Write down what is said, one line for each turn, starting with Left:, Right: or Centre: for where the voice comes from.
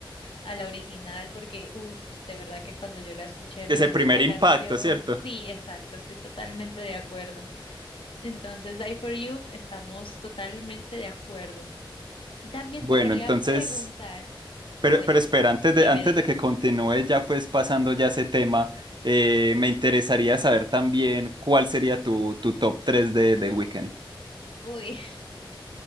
Left: a la original porque, uff, de verdad que cuando yo la escuché
Right: Ese
Left: me enamoré
Right: primer
Left: de esa canción.
Right: impacto, ¿cierto?
Left: Sí, exacto, estoy totalmente de acuerdo. Entonces, Die for You, estamos totalmente de acuerdo. También
Right: Bueno,
Left: te quería
Right: entonces,
Left: preguntar,
Right: pero,
Left: ah, bueno,
Right: pero espera, antes
Left: dime,
Right: de, antes
Left: dime.
Right: de que continúe ya pues pasando ya ese tema, eh, me interesaría saber también cuál sería tu, tu top 3 de, de Weekend.
Left: Uy, <laughs>